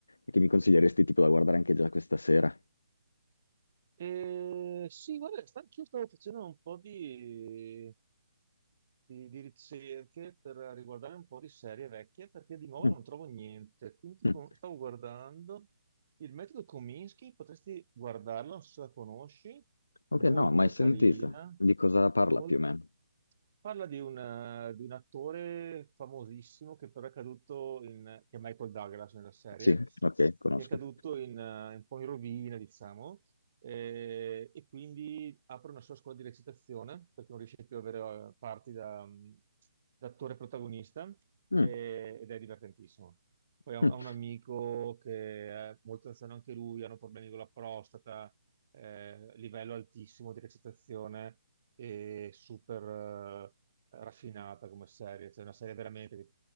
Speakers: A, on the left; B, on the right.
A: che mi consiglieresti tipo da guardare anche già questa sera.
B: Eh, sì, guarda, sta- anch'io stavo facendo un po' di, di- di ricerche per riguardare un po' di serie vecchie perché di nuovo
A: Mm.
B: non trovo niente. Quindi
A: <laughs>
B: con-
A: Mm.
B: stavo guardando il metodo Kominsky, potresti guardarla, non so se la conosci,
A: Ok,
B: molto
A: no, mai
B: Mm, carina,
A: sentita. Di cosa parla
B: guarda, mol-
A: più o meno?
B: Parla di un, eh, di un attore famosissimo che però è caduto in, che è Michael Douglas nella serie,
A: Sì, ok, conosco.
B: che è caduto in, eh, un po' in rovina, diciamo, eh, e quindi apre una sua scuola di recitazione perché non riesce più ad avere eh, parti da, mm, da attore protagonista
A: Mm.
B: eh, ed è divertentissimo. Poi ho
A: Mm.
B: ho un amico che è molto anziano anche lui, hanno problemi con la prostata, eh, livello altissimo di recitazione e super eh, raffinata come serie, cioè una serie veramente di